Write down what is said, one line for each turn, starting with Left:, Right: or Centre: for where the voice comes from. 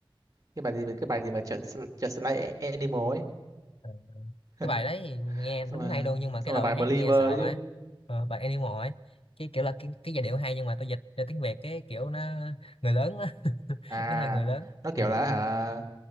Right: cái bài gì cái bài gì mà Just, Just Like Animal ấy
Left: ừ.
Right: <laughs>
Left: cái bài đấy thì nghe
Right: xong
Left: đúng
Right: rồi
Left: hay luôn nhưng mà
Right: xong
Left: cái lời
Right: rồi bài
Left: hát
Right: Believer
Left: nghe
Right: đấy
Left: sợ
Right: chứ
Left: vậy Ờ, bài Animal ấy cái kiểu là cái, cái giai điệu hay nhưng mà tôi dịch ra tiếng Việt cái kiểu nó người lớn á <laughs>
Right: à
Left: nó hơi người lớn
Right: nó
Left: ừ.
Right: kiểu là hả